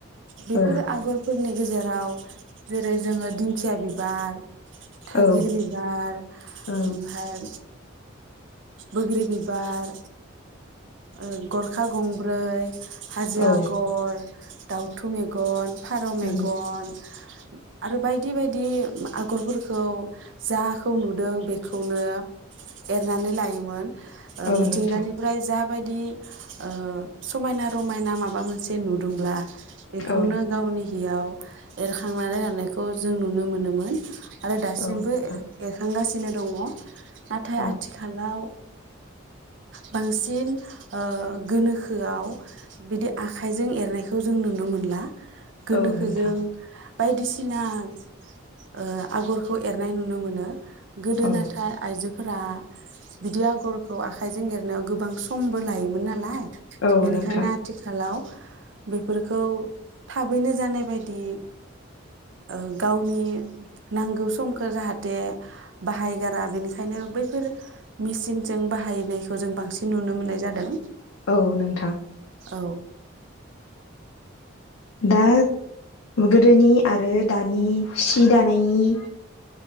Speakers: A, on the right (about 65°); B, on the left (about 80°).
A: बेफोर
B: औ
A: आगरफोरनि गेजेराव जेरै जोङो दिंखिया बिबार थाइागिर
B: औ
A: बिबार
B: औ
A: ओमफाय बोग्रि बिबार ओं गरखा गंब्रै हाजो
B: औ
A: आगर दाउथु मेगन फारौ मेगन
B: औ
A: आरो बाय यदि बायदि आगरफोरखौ जाखौ नुदों बेखौनो एरनानै लायोमोन ओ
B: औ
A: मिथिंगानिफ्राय
B: नोंथां
A: जाब बायदि ओ समायना रमायना माबा मोनसे नुदोंब्ला बेखौनो
B: औ
A: गावनि गियाव एरखांनानै लानायखौ जों नुनो मोनोमोन आरो दासिमबो
B: औ नोंथां
A: ए-एरखांगासिनो बिनो दङ नाथाय
B: औ
A: आथिखालाव बांसिन ओ गोनोखोआव बिदि आखाइजों एरनायखौ जों नुनो मोनला गोनोखोजों
B: औ नोंथां
A: बायदिसिना ओ आगरखौ एरनाय नुनो मोनो गोदो
B: औ
A: नाथा आइजो फोरा बिदि आगरखौ आखायजों एरनायाव गोबां समबो लायोमोन नालाय
B: औ
A: बेनिखायनो
B: नोंथां
A: आथिखालाव बेफोरखौ थाबैनो जानाय बायदि ओ गावनि नांगौ समखौ फोर जाहाथे बाहायगारा बेनिखायनो बैफोर मेसिनजों बाहायनायखौ जों बांसिन नुनो मोननाय जादों
B: औ नोंथां
A: औ
B: दा गोदोनि आरो दानि सि दानायनि